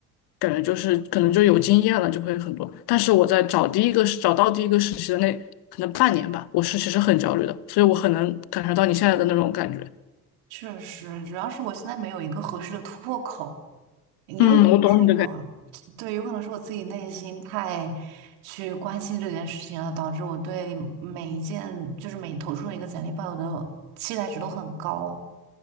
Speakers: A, on the left; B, on the right.
A: 感觉就是可能就有经验了，就会很多。但是我在找第一个找到第一个实习的那可能半年吧，我是其实很焦虑的，所以我很能感受到你现在的那种感觉。
B: 确实，主要是我现在没有一个合适的突破口，也有可能是我，
A: 嗯，我懂。
B: <tsk> 对，有可能是我自己内心太去关心这件事情了，导致我对每一件就是每投出的一个简历抱有的期待值都很高。